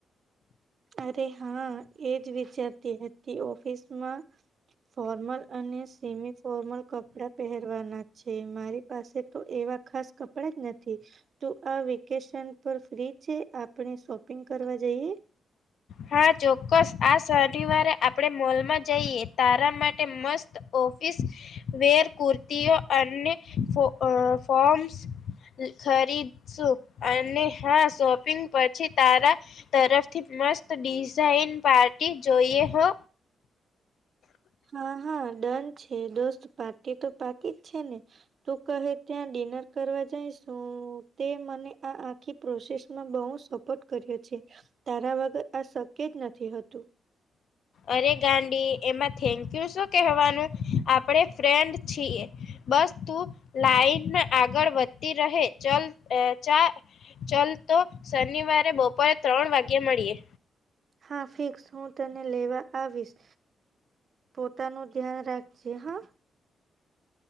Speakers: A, on the right; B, on the left.
A: અરે! હા એજ વિચારતી હતી ઓફિસમાં ફોર્મલ અને સેમી ફોર્મલ કપડાં પહેરવાના છે મારી પાસે તો એવા ખાસ કપડાં જ નથી તો આ વેકેશન પર ફ્રી છે આપ આપણે શોપિંગ કરવા જઈએ?
B: હા ચોક્કસ આ શનિવારે આપડણે મોલમાં જઈએ તારા માટે મસ્ત ઓફીસ વેર કુર્તીઓ અને ફો અ ફોમ્સ. ખરીદશું. અને હા શોપિંગ પછી તારા તરફથી મસ્ત ડિઝાઇન પાર્ટી જોઈએ હો.
A: હા હા ડન છે. દોસ્ત પાર્ટી તો પાકી જ છે ને. તું કહે ત્યાં ડિનર કરવા જઈશું, તે મને આ આખી પ્રોસેસ માં બઉ સોખ કર્યું છે તારા વગર આ શક્ય જ નથી હતું.
B: અરે ગાડી એમાં થેન્કયુ શું કવાનું આપણે ફ્રેન્ડ છીએ. બસ તું લાઈન આગળ વધતી રહે ચલ અ ચા ચાલ તો શનિવારે બપોરે ત્રણ વાગે મળીએ.
A: હા ફિક્સ હું તને લેવા આવીશ. પોતાનું ધ્યાન રાખજે હા.